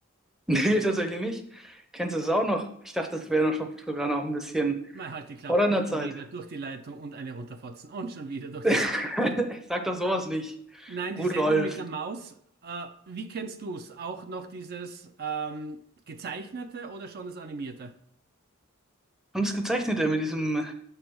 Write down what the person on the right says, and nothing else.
Mal halt die Klappe
und schon
wieder
durch die Leitung und eine runterfotzen und schon wieder durch
die Leitung.
Nein, die
Sendung mit der Maus, äh, wie kennst du's? Auch noch dieses ähm, gezeichnete oder schon das animierte?